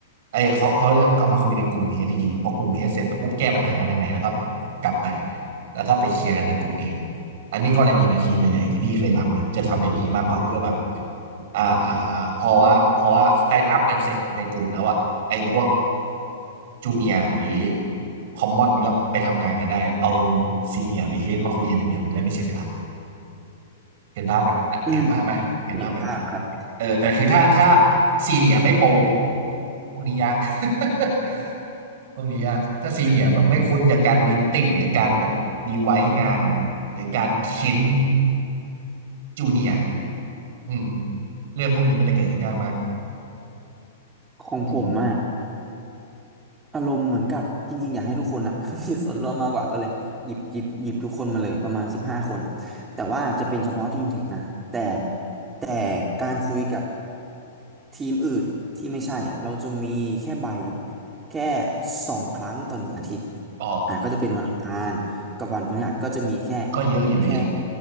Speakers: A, on the right; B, on the right.
A: ไอ้ยเขาเขาจเอามาคุยในกลุ่มเฮดอีกทีพอกลุ่มเฮดเสร็จไปปุ๊บแก้ปัญหากันยังไงแล้วก็กลับไปแล้วก็ไปเคลียร์กันในกลุ่มเองอันนี้กรณีในทีมใหญ่ๆที่พี่เคยทำนะจะทำอย่างนี้มากกว่าเพื่อแบบอ่าอ่าพอว่าพอว่าสแตนด์อัพกันเสร็จในกลุ่มแล้วอะไอ้พวกจูเนียร์หรือคอมมอนก็ไปทำงานกันได้เอาซีเนียร์หรือเฮดมาคุยกันอย่างเดียวมันจะได้ไม่เสียเวลาเห็นภาพไหมเห็นภาพไหมเห็นภาพไหม
B: อืมเห็นภาพครับ
A: เออแต่คือถ้าถ้า
B: ครับของ
A: ซีเนียไม่โปรพวกนี้ยาก <laughs> พวกนี้ยากถ้าซีเนียแบบไม่คุ้นกับการมีตติ้งหรือการแบบดีไว้งาน
B: อืม
A: หรือการเค้นจูเนียอืมเรื่องพวกนี้มันจะเกิดขึ้นยากมาก
B: ของผมอะ
A: อืม
B: อารมณ์เหมือนกับจริงๆอยากให้ทุกคนอะ <laughs> มีส่วนร่วมมากกว่าก็เลยหยิบหยิบหยิบทุกคนมาเลยประมาณสิบห้าคนแต่ว่าจะเป็นเฉพาะทีมเทคนะแต่แต่การคุยกับทีมอื่นที่ไม่ใช่อ่ะเราจะมีแค่ใบายแค่สองครั้งต่อหนึ่งอาทิตย์
A: ออก
B: อ่ะก็จะเป็นวันอังคารกับวันพฤหัสก็จะมีแค่
A: ก็เยอะอยู่ดี
B: แค่